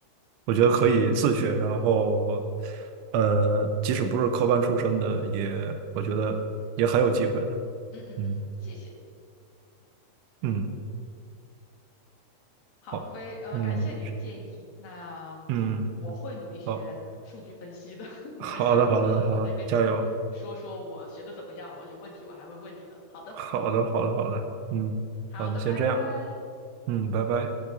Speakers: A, on the right; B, on the left.
A: 我觉得可以自学，然后，呃，即使不是科班出身的，也我觉得也很有机会的。
B: 嗯嗯嗯，
A: 嗯
B: 谢谢。
A: 嗯，
B: 好，
A: 好，
B: 非呃，
A: 嗯，
B: 感谢你的建议。
A: 我去，
B: 那我会努力学数据分析的。
A: 嗯，好，
B: <laughs> 我们下次我再跟你说说我学的怎么样了，
A: 好的，好的，好的，加油，
B: 有问题我还会问你的。好的。
A: 好的，好的，好的，嗯，
B: 好的，
A: 好那先这样，
B: 拜拜。
A: 嗯，拜拜。